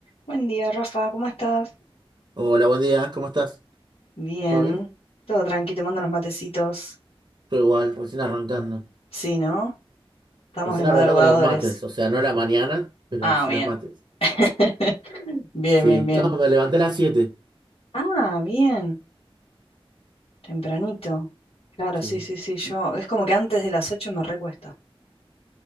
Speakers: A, on the left; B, on the right.
A: Buen día, Rafa, ¿cómo estás?
B: Hola, buen día, ¿cómo estás?
A: Bien,
B: ¿Todo bien?
A: todo tranqui, tomando unos matecitos.
B: Todo igual, recién arrancando.
A: Sí, ¿no? Estamos
B: Recién
A: de madrugadores.
B: arrancando los mates, o sea, no la mañana, pero
A: Ah,
B: sí
A: bien.
B: los mates.
A: <laughs> Bien,
B: Sí,
A: bien, bien.
B: no, me levanté a las siete,
A: Ah, bien, tempranito. Claro,
B: Sí.
A: sí, sí, sí, yo.
B: Y-
A: Es como
B: y
A: que antes de las 8 me recuesta.